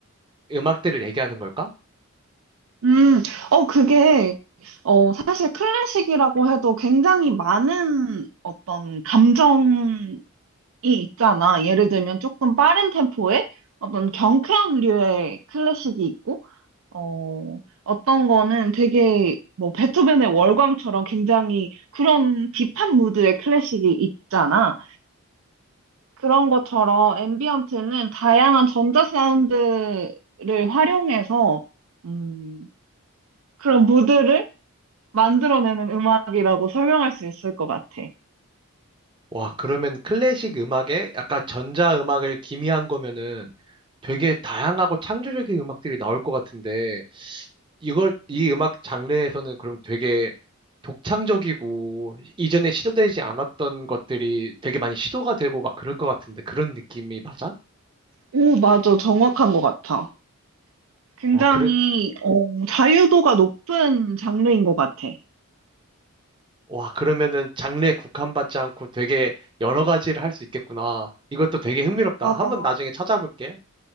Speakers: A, on the right; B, on the right.
A: 음악들을 얘기하는 걸까?
B: 음, 어, 그게, 어, 사실 클래식이라고 해도 굉장히 많은 어떤 감정이 있잖아. 예를 들면 조금 빠른 템포의 어떤 경쾌한 류의 클래식이 있고, 어, 어떤 거는 되게 뭐 베토벤의 월광처럼 굉장히 그런 딥한 무드의 클래식이 있잖아. 그런 것처럼 앰비언트는 다양한 전자 사운드를 활용해서 음, 그런 무드를 만들어내는 음악이라고 설명할 수 있을 것 같아.
A: 와, 그러면 클래식 음악에 약간 전자음악을 기미한 거면은 되게 다양하고 창조적인 음악들이 나올 것 같은데, 이걸 이 음악 장르에서는 그럼 되게 독창적이고 이전에 시도되지 않았던 것들이 되게 많이 시도가 되고 막 그럴 것 같은데 그런 느낌이 맞아?
B: 오, 맞아. 정확한 것 같아. 굉장히
A: 와, 그래,
B: 어, 자유도가 높은 장르인 것 같아.
A: 와, 그러면은 장르에 국한받지 않고 되게 여러 가지를 할 수 있겠구나. 이것도 되게 흥미롭다.
B: 맞아.
A: 한번 나중에 찾아볼게.